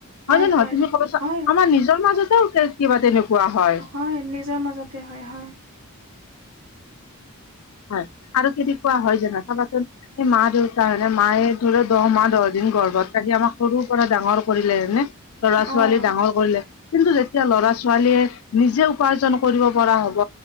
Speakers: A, on the left; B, on the right.
A: নহয়
B: হয়
A: জানো নহয়
B: হয়
A: তুমি কবচা
B: হয়
A: আমাৰ নিজৰ মাজতেও কিবা তেনেকুৱা হয়।
B: হয় নিজৰ মাজতে হয়, হয়।
A: হয় আৰু কেদি কোৱা হয় জানা চাবাচোন স, মা-দেউতা মনে মায়ে ধৰি ল, দহ মাহ দহ দিন গৰ্ভত ৰাাকি আমাক সৰু পৰা ডাঙৰ কৰিলেনে ল'ৰা-ছোৱালী
B: অঁ
A: ডাঙৰ কৰিলে কিন্তু যেতিয়া ল'ৰা-ছোৱালীয়ে নিজে উপাৰ্জন কৰিব পৰা হ'ব